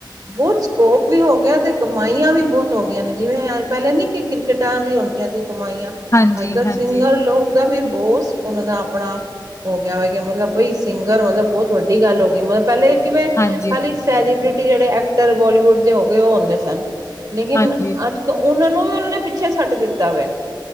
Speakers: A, on the right (about 50°); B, on the left (about 40°).
A: ਬਹੁਤ ਸਕੋਪ ਵੀ ਹੋ ਗਿਆ ਤੇ ਕਮਾਈਆਂ ਵੀ ਬਹੁਤ ਹੋ ਗਈਆਂ ਨੇ ਜਿਵੇਂ ਪਹਿਲੇ ਨੀ ਕਿ, ਕ੍ਰਿਕਟਾਂ ਵੀ ਆਉਂਦੀਆਂ ਸੀ ਕਮਾਈਆਂ।
B: ਹਾਂਜੀ
A: ਅੱਜ ਕੱਲ੍ਹ
B: ਹਾਂਜੀ
A: ਸਿੰਗਰ ਲੋਕ ਦਾ ਵੀ ਬਹੁਤ ਉਹਨਾਂ ਦਾ ਆਪਣਾ। ਹੋ ਗਿਆ ਹੋਏਗਾ ਮਤਲਬ ਬਈ ਸਿੰਗਰ ਮਤਲਬ ਬਹੁਤ ਵੱਡੀ ਗੱਲ ਹੋ ਗਈ ਮਤਲਬ ਪਹਿਲੇ ਕਿਵੇਂ
B: ਹਾਂਜੀ
A: ਖਾਲੀ, ਸੈਲੀਬ੍ਰਿਟੀ ਜਿਹੜੇ ਐਕਟਰ ਬੋਲੀਵੁੱਡ ਦੇ ਹੋ ਗਏ ਉਹ ਹੁੰਦੇ ਸਨ ਲੇਕਿਨ
B: ਹਾਂਜੀ
A: ਅੱਜ ਤੇ ਉਹਨਾਂ ਨੂੰ ਵੀ ਉਹਨਾਂ ਨੇ ਪਿੱਛੇ ਛੱਡ ਦਿੱਤਾ ਵਾ,